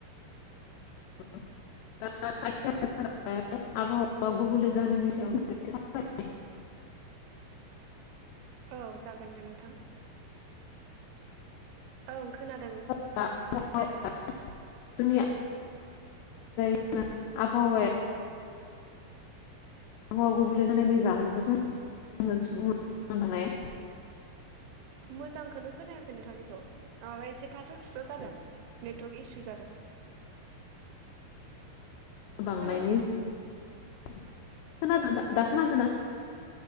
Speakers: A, on the left; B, on the right.
A: <inaudible> <inaudible> आबहावा गुबुले जानायनि सायाव <inaudible>
B: औ जागोन दे नोंथां। ओं खोनादों।
A: <inaudible> जोंनिया <inaudible> आबहावाया आबहावा गुबुंले जानायनि जाहोनखौ जोङो सुबुं <inaudible>
B: मोजांखोनो खोनायाखै नोंथांनिखौ माबा एसे थाथ' थुथ' जादों। नेटवार्क इसु जादों।
A: बांनायनि
B: खोनादोंना
A: खोनादों दा खोनादों ना?